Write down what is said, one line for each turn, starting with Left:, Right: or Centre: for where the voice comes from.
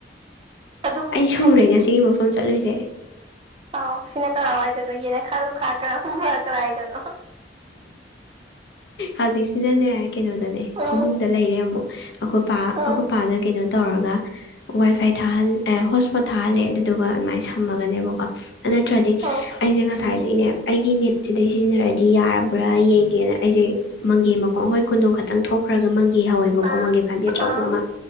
Right: ꯑꯗꯨꯝ
Left: ꯑꯩ ꯁꯨꯔꯦ
Right: ꯍꯥꯏꯗꯤ
Left: ꯉꯁꯤꯒꯤ ꯃꯐꯝ ꯆꯠꯂꯨꯏꯁꯦ
Right: ꯑꯥꯎ ꯁꯤꯅ ꯀꯔꯥꯏꯋꯥꯏꯗꯅꯣ ꯌꯦꯅꯈꯥ ꯂꯨꯈꯥ ꯀꯔꯝꯕ ꯀꯗꯥꯏꯗꯅꯣ
Left: ꯍꯧꯖꯤꯛꯁꯤꯅꯅꯦ ꯀꯩꯅꯣꯗꯅꯦ
Right: ꯎꯝ
Left: ꯐꯃꯨꯡꯗ ꯂꯩꯔꯦ ꯑꯃꯨꯛ ꯑꯩꯈꯣꯏ ꯄꯥ
Right: ꯎꯝ
Left: ꯑꯈꯣꯏꯄꯥꯅꯥ ꯀꯩꯅꯣ ꯇꯧꯔꯒ ꯋꯥꯏ ꯐꯥꯏ ꯊꯥꯍꯜ ꯍꯣꯠ ꯁꯄꯣꯠ ꯊꯥꯍꯜꯂꯦ ꯑꯗꯨꯗꯨꯒ ꯑꯗꯨꯃꯥꯏꯅ ꯁꯝꯃꯒꯅꯦꯕꯀꯣ ꯑꯗꯨ ꯅꯠꯇ꯭ꯔꯗꯤ
Right: ꯑꯣ
Left: ꯑꯩꯁꯦ ꯉꯁꯥꯏꯗꯒꯤꯅꯦ ꯑꯩꯒꯤ ꯅꯦꯠꯁꯤꯗꯩ ꯁꯤꯖꯤꯟꯅꯇꯥꯗꯤ ꯌꯥꯔꯕ꯭ꯔꯥ ꯌꯦꯡꯒꯦꯅ ꯑꯩꯁꯦ ꯃꯪꯒꯦ ꯃꯈꯣꯡ ꯑꯩꯈꯣꯏ ꯈꯨꯟꯗꯣꯡ ꯈꯤꯇꯪ ꯊꯣꯛꯈ꯭ꯔꯒ ꯃꯪꯒꯦ ꯍꯧꯋꯦꯕꯀꯣ
Right: ꯑꯥ
Left: ꯃꯪꯒꯦ ꯄꯥꯝꯕꯤ ꯑꯆꯧꯕ
Right: ꯑꯥ
Left: ꯑꯃ